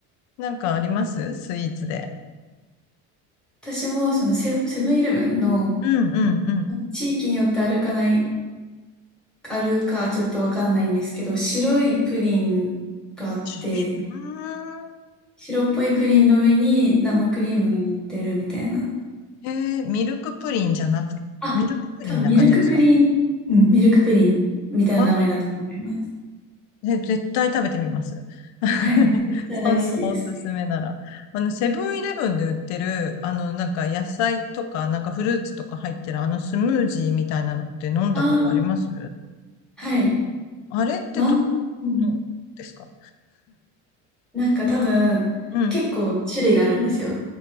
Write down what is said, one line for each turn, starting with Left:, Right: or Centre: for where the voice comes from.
Left: なんかありますスイーツで。
Centre: 私もそのセ、セブンイレブンの
Left: うんうんうん。
Centre: 地域によってあるかない、あるかちょっとわかんないんですけど、白いプリンがあって、
Left: シュシュシュうーん。
Centre: 白っぽいプリンの上に生クリームが乗ってるみたいな。
Left: へえ、ミルクプリンじゃなく、
Centre: あ、
Left: ミルクプリンな感じですか
Centre: 多分ミルクプリン、うん、ミルクプリンみたいな名前だったと思います。
Left: はぜ絶対食べてみます。<laughs>
Centre: はい。じゃあ大好きですね。
Left: そんなおすすめなら。あの、セブンイレブンで売ってる、あの、なんか野菜とか、なんかフルーツとか入ってる、あのスムージーみたいなのって飲んだことあります
Centre: ああ、はい。
Left: あれってど、
Centre: まん、うん、
Left: どうですか
Centre: なんか多分、
Left: うん。
Centre: 結構種類があるんですよ。